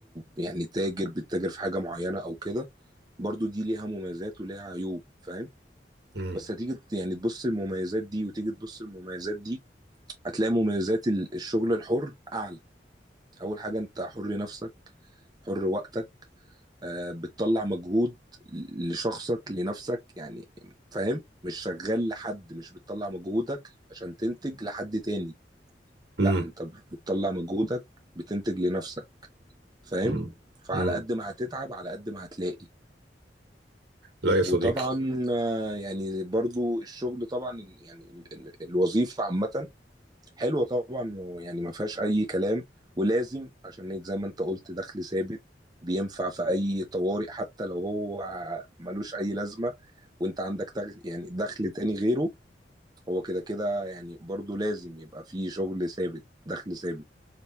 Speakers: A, on the right; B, on the right.
A: يعني تاجر بتتاجر في حاجة معينة او كده برضو دي ليها مميزات وليها عيوب فاهم
B: مم.
A: بس هتيجي ت- يعني تبص المميزات دي وتيجي تبص المميزات دي هتلاقي مميزات ال- الشغل الحر اعلى اول حاجة انت حر نفسك حر وقتك آه، بتطلع مجهود لشخصك لنفسك يعني فاهم مش شغال لحد مش بتطلع مجهودك عشان تنتج لحد تاني
B: مم.
A: لا انت بتطلع مجهودك بتنتج لنفسك فاهم
B: مم.
A: فعلى
B: مم.
A: قد ما هتتعب على قد ما هتلاقي
B: لا يا صديقي
A: وطبعا آه، يعني برضو الشغل طبعا ال- يعني ال- ال- الوظيفة عامة حلوة طبعا ويعني ما فيهاش أي كلام ولازم عشان إيه؟ زي ما انت قلت دخل ثابت بينفع في أي طوارئ حتى لو هو ملوش أي لازمة وانت عندك تغ- يعني دخل تاني غيره هو كده كده يعني برضو لازم يبقى فيه شغل ثابت دخل ثابت